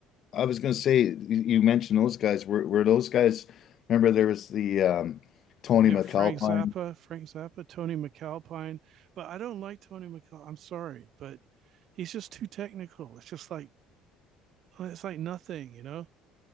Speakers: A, on the left; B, on the right.
A: I was gonna say you you mentioned those guys. Were were those guys? Remember there was the um, Tony
B: You
A: McAlpine.
B: got Frank Zappa, Frank Zappa, Tony McAlpine, but I don't like Tony McAlpine. I'm sorry, but he's just too technical. It's just like it's like nothing, you know.